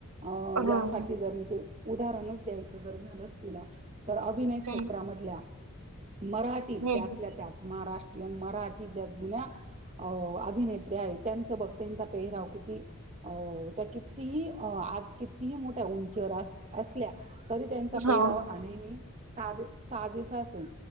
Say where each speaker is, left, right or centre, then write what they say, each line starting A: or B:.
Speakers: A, on the right (about 30°); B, on the right (about 80°).
A: अ
B: हो
A: यासाठी जर मी तू उदाहरणच द्यायचं जर झालंच तुला तर अभिनय क्षेत्रामधल्या
B: हम्म
A: मराठी
B: हम्म
A: त्यातल्या त्यात महाराष्ट्रीयन मराठी ज्या जुन्या अ अभिने त्या आहेत त्यांचा बघ त्यांचा पेहराव किती अ त्या किती ही आज किती ि मोठ्या उंचीवर अस असल्या तरी त्यांचा
B: हो
A: पेराव हा नेहमी.. साधे साजेस असेल